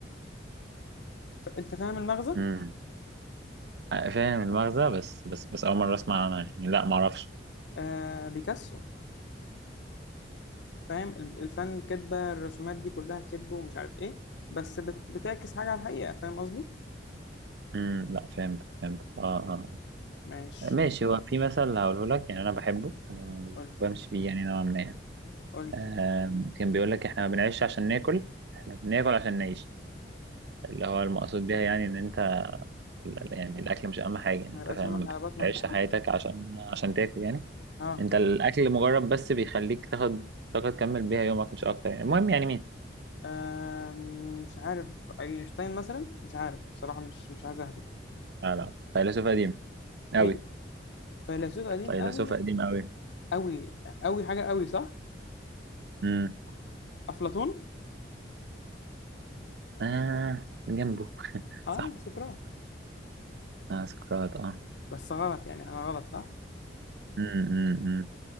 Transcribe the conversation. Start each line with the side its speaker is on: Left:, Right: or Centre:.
Left: ف- انت فاهم المغزى
Right: امم آه، فاهم المغزى بس بس بس اول مره اسمع عنها يعني لا ما اعرفش
Left: آه بيكاسو فاهم ال- الفن كدبه الرسومات دي كلها كدب ومش عارف ايه بس بت... بتعكس حاجه على الحقيقه فاهم قصدي
Right: امم لا فهمت فهمت اه اه
Left: ماشي
Right: آه. ماشي هو في مثل هقوله لك يعني انا بحبه آه،
Left: قول
Right: وبمشي بيه يعني نوعا ما
Left: قول لي
Right: آم، كان بيقول لك احنا ما بنعيش عشان ناكل احنا بناكل عشان نعيش اللي هو المقصود بيها يعني ان انت ال- يعني الاكل مش اهم حاجه يعني
Left: ما
Right: انت
Left: يبقاش
Right: فاهم
Left: همك
Right: ما
Left: على بطنك
Right: بتعيش
Left: يعني
Right: حياتك عشان عشان تاكل يعني
Left: اه
Right: انت الاكل مجرد بس بيخليك تاخد طاقه تكمل بيها يومك مش اكتر يعني المهم يعني مين
Left: آم، مش عارف اينشتاين مثلا مش عارف بصراحه مش مش عايز اهبط
Right: لا لا فيلسوف قديم قوي
Left: مين فيلسوف قديم
Right: فيلسوف
Left: قوي
Right: قديم قوي
Left: قوي قوي حاجه قوي صح
Right: امم
Left: افلاطون
Right: اه جنبه <laughs>
Left: اه
Right: صاحبه
Left: سقراط
Right: اه سقراط اه
Left: بس غلط يعني انا غلط صح
Right: امم